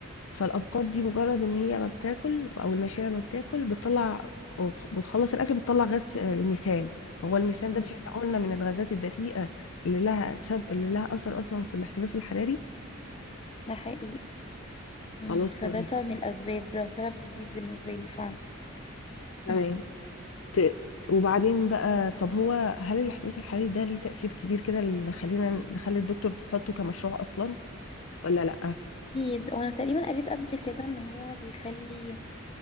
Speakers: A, on the left; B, on the left.
A: فالابقار دي مجرد ان هي ما بتاكل او الماشيه ما بتاكل بتطلع وبتخلص الاكل بتطلع غاز الميثان هو الميثان
B: جميل
A: ده مش احنا قلنا من الغازات الدفيئه اللي لها سب... اللي لها اثر اصلا في الاحتباس الحراري
B: ده حقيقي مم.
A: خلاص تمام
B: فده سبب من الأسباب ده سبب جديد بالنسبة لي فعلا
A: تمام
B: <laughs>
A: ت... وبعدين بقى طب هو هل الاحتباس الحراري ده ليه تأثير كبير كده اللي خلينا اللي خلي الدكتور تحطه كمشروع اصلا ولا لا
B: أكيد وأنا تقريبا قريت قبل كده إن هو بيخلي